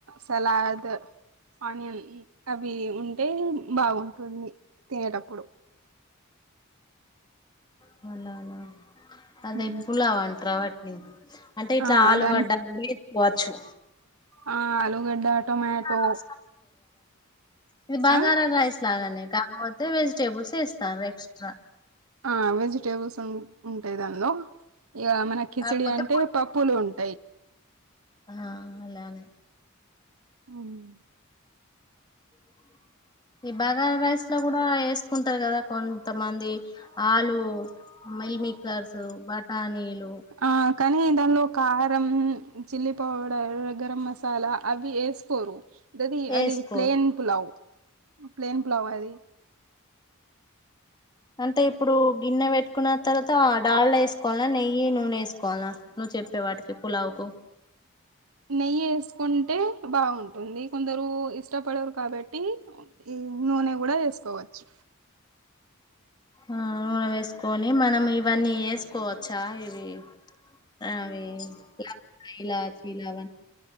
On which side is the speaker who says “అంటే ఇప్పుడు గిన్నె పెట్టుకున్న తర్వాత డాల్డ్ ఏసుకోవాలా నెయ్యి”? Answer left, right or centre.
Left